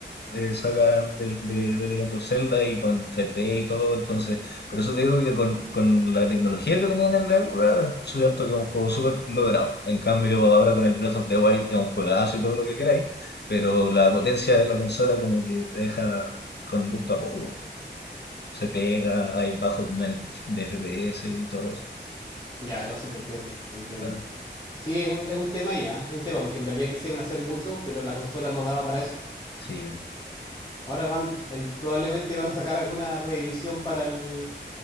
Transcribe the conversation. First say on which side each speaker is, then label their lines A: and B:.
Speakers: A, on the left; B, on the left.
A: eh, sacan de, de, de Legend of Zelda y con 3D y todo. Entonces, por eso te digo que con, con la tecnología que tenían en la época, siento que es un juego súper logrado. En cambio, ahora con el Breath of the Wild es un juegazo y todo lo que queráis, pero la potencia de la consola como que te deja con gusto a poco. Se pega, hay bajos niveles de F- de FPS y todo eso.
B: Ya, no, sí, te entiendo, te entiendo.
A: Claro.
B: Sí, es un, es un tema ahí, ¿ah? Es un tema, porque en realidad quisieron hacer mucho, pero la consola no daba para eso.
A: Sí,
B: Ahora van, eh, probablemente van a sacar alguna reedición para el,